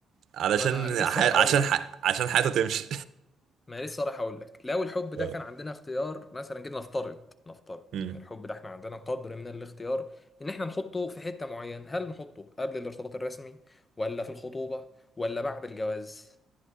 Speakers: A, on the right; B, on the left.
A: علشان
B: ما انا لسه
A: ح...
B: راح
A: عشان
B: اقول لك
A: ح... عشان حياته تمشي
B: ما لسه رايح اقول لك لو الحب
A: <laughs>
B: ده
A: آه.
B: كان عندنا اختيار مثلا جينا نفترض نفترض
A: مم.
B: ان الحب ده احنا عندنا قدر من الاختيار ان احنا نحطه في حتة معينة هل نحطه قبل الارتباط الرسمي ولا في الخطوبة ولا بعد الجواز